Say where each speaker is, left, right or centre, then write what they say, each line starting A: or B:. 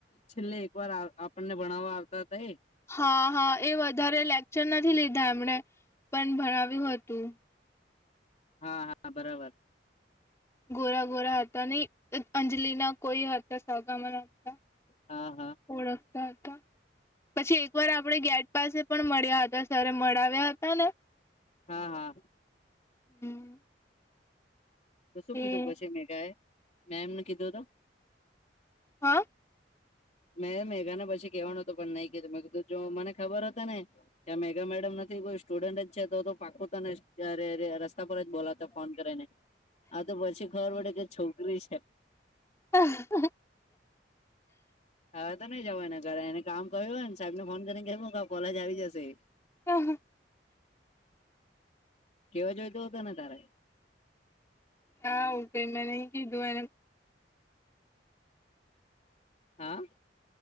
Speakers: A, on the left; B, on the left.
A: છેલ્લે એક વાર આપણને ભણાવવા આવતા હતા એ?
B: હા હા એ વધારે લેક્ચર નથી લીધા એમણે પણ ભણાવ્યું હતું.
A: હા, હા, બરાબર.
B: ગોરા ગોરા હતા નહી અંજલિના કોઈ હતા સગામ હતા.
A: હા, હા.
B: ઓળખતા હતા. પછી એક વાર આપણે ગેટ પાસે પણ મળ્યા હતા સર મળાવ્યા હતા ને
A: હા હા.
B: હમ
A: તો શું
B: એ
A: કીધું પછી મેકા એ મેમ ને કીધો હતો?
B: હા?
A: મેં મેઘા ને પછી કહેવાનો હતો પણ નહી કધું મેં કીધું જો મને ખબરત ને ત્યાં મેગા મેડમ નથી કોઈ સ્ટુડન્ટ જ છે તો તો પાકું તને ત્યારે રસ્તા પર જ બોલાતા ફોન કરીને આ તો પછી ખબર પડે કે છોકરી છે.
B: <inaudible>
A: હવે તો નઈ જાવ એને ઘરે એને કામ કર્યું હોય ને સાહેબ ને ફોન કરીને કેવું કે કોલેજ આવી જશે.
B: હા, હા.
A: કેવા જોઈતો હતો ને તારે?
B: હા એતો મે નહીં કીધું એને.
A: હા?